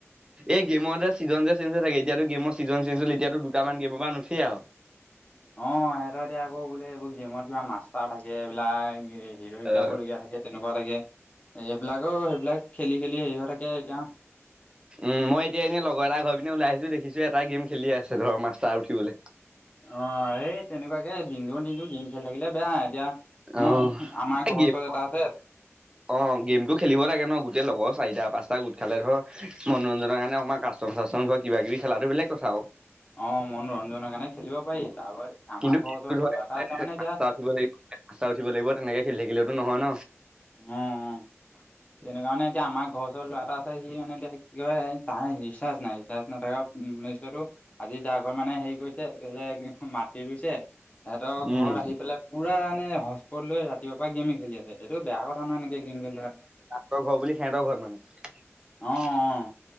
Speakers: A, on the right; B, on the left.
A: এই গেমৰ যে চিজন যে চেঞ্জ হৈ থাকে, এতিয়াতো গেমৰ ছিজন চেঞ্জ হ'ল এতিয়াতো দুটামান গেমৰপৰা নুঠেই আৰু।
B: অ' এহেঁতেৰ এতিয়া আকৌ বোলে এইবোৰ গেমত কিবা মাষ্টাৰ থাকে এইবিলাক হিৰৰিক
A: অ',
B: যাবলগীয়া থাকে। তেনেকুৱা থাকে এইবিলাক আৰু সেইবিলাক খেলি খেলি হেৰি হৈ থাকে এতিয়া।
A: উম মই এতিয়া এনেই লগৰ এটা ঘৰ পিনে ওলাই আহিছো দেখিছো এটাই গেম খেলি আছে ধৰ মাষ্টাৰ উঠিবলৈ।
B: অ' এই তেনেকুৱাকে দিনটো দিনটো গেম খেলি থাকিলে বেয়া এতিয়া।
A: অহ
B: মই আমাৰ
A: এই
B: ঘৰৰ
A: গেম
B: ওচৰত এটা আছে।
A: অ' গেমটো খেলিব লাগে ন গোটেই লগৰ চাৰিটা পাঁচটা গোট খালে ধৰ মনোৰঞ্জনৰ কাৰণে অকমান কাচ <unintelligible> কিবা কিবি খেলাতো বেলেগ কথা আও
B: অ' মনোৰঞ্জনৰ কাৰণে খেলিব পাৰি তাৰপা আমাৰ
A: কিন্তু খেলটো
B: ঘৰৰ ওচৰত
A: ধৰ
B: ল'ৰা
A: একেবাৰে
B: এটা আছে মানে এতিয়া।
A: <inaudible> <unintelligible> উঠিব লাগিব তেনেকে খেলি থাকিলেেতো নহয় ন।
B: অ' সেইটো কাৰণে এতিয়া আমাৰ ঘৰৰ ওচৰত ল'ৰা এটা আছে সি মানে এতিয়া কিয় তাৰ ৰিচাৰ্জ নাই ৰিচাৰ্জ নাথাকা <inaudible> তেনেক কাৰণে এতিয়া আমাৰ ঘৰ চৰ ল এটা আ সি মানে এতিয়া কি ক কৰে তাৰ ৰিচাৰ্জ নাই ৰিচাৰ্জ নাথাকা <inaudible> <inaudible> আজি যাৰ ঘৰত মানে হেৰি কৰিছে এই বোলে মাটি ৰুইছে সিহঁতৰ
A: উম
B: ঘৰত আহি পেলাই পুৰা মানে হটস্পট লৈ ৰাতিপুৱাৰ পৰা গেমে খেলি আছে এইটো বেয়া কথা নহয় এনেকে গেম খেলি থকাতো
A: তৰ ঘৰ বুলি সিহঁতৰ ঘৰত মানে
B: অ' অ'